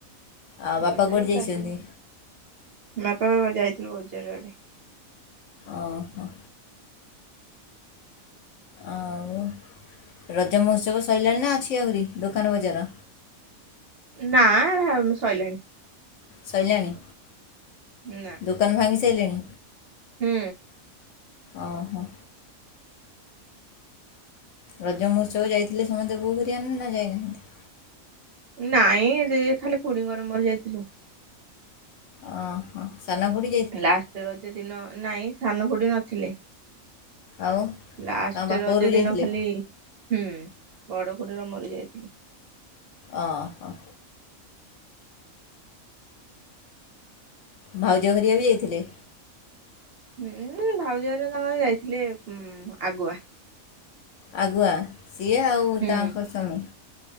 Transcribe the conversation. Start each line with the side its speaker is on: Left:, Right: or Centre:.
Left: ଆଉ
Right: ଛବିସ
Left: ବାପା କୁଆଡ଼େ
Right: ତାରିଖ
Left: ଯାଇଛନ୍ତି
Right: କାଲି ବାପା ବାବା ଯାଇଥିଲଥିଲ, ବଜାର ଆଡ଼େ।
Left: ଓହୋ। ଆଉ ରଜ ମହୋତ୍ସବ ସଇଲାଣି ନା ଅଛି ଆହୁରି ଦୋକାନ ବଜାର।
Right: ନା ସଇଲାଣିି।
Left: ସଇଲାନି।
Right: ନାଁ।
Left: ଦୋକାନ ଭାଙ୍ଗି ସାରିଲାଣି।
Right: ହୁଁ।
Left: ଓହୋ। ରଜ ମହୋତ୍ସବ ଯାଇଥିଲେ ସମସ୍ତେ ବୋଉ ଘଟିକା ନା ନା ଯାଇନାହାନ୍ତି।
Right: ନାଇଁ ଖାଲି ଇଏ ଖୁଡିଙ୍କର ମୋର ଯାଇଥିଲୁ।
Left: ଓ ହ ସାନ ଖୁଡି।
Right: ଲାଷ୍ଟ ରଜ ଦିନ ନାଇଁ ସାନ ଖୁଡି ନଥିଲେ।
Left: ଆଉ।
Right: ଲାଷ୍ଟ
Left: ତାଙ୍କ ବାପ
Right: ରଜ
Left: ଘରକୁ
Right: ଦିନ
Left: ଯାଇଥିଲେ
Right: ଖାଲି ହୁଁ ବଡ ଖୁଡିର ମୋରି ଯାଇଥିଲୁ।
Left: ଅ ହ। ଭାଉଜ ଘରିଆ ବି ଯାଇଥିଲେ।
Right: ହୁଁ ଭାଉଜ ଘରେ ତାଙ୍କର ଯାଇଥିଲେ ଆଗୁଆ।
Left: ଆଗୁଆ ସିଏ ଆଉ
Right: ହୁଁ
Left: ତାଙ୍କ ସ୍ୱାମୀ।